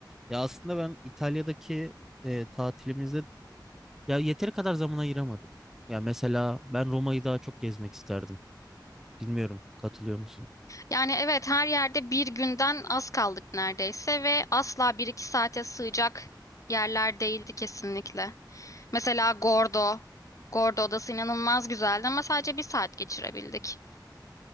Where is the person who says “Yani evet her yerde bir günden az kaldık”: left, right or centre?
Left